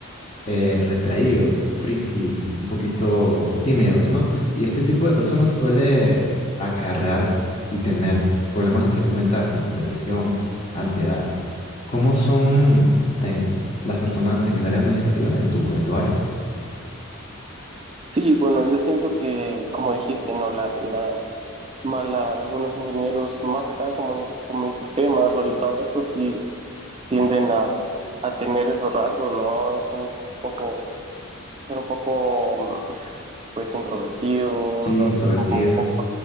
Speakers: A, on the left; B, on the right.
A: eh, retraídos, frikis, un poquito tímidos, ¿no? Y este tipo de personas suele acarrear y tener problemas de salud mental como depresión, ansiedad. ¿Cómo son eh, las personas en el área administrativa, en tu, en tu área?
B: Sí, bueno, yo siento que, como dijiste, ¿no? La, la, más la- algunos ingenieros más acá, como, como en sistemas orientados a eso, sí tienden a, a tener esos rasgos, ¿no? Es un poco, ser un poco, pues, introvertidos,
A: Sí,
B: así,
A: introvertidos.
B: un poco,